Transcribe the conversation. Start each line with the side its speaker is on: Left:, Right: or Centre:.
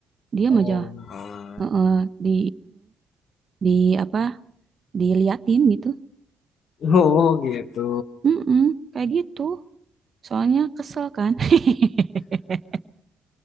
Right: diam
Left: oh.
Right: aja
Left: ah.
Right: Heeh, di di apa diliatin gitu
Left: Oh gitu.
Right: Mm-mm, kayak gitu soalnya kesel kan <laughs>